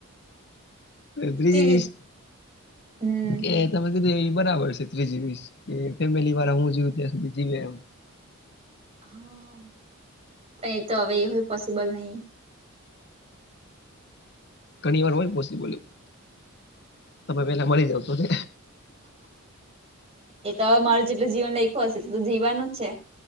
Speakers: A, on the left; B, on the right.
A: ત્રીજસ
B: ત્રીજી હમ
A: કે તમે કીધું એ બરાબર છે ત્રીજી વીસ કે ફેમિલી વાળા હું જવુ ત્યા સુધી જીવે એમ
B: હા એ તો હવે એ હોય પોસબલ નહી
A: ઘણી વાર હોય પોબલ તમે પેલા મળી જાવ છો, ને
B: એ તો હવે મારું જેટલુ જીવન લઈક હશે એટલું તો જીવવાનું જ છે.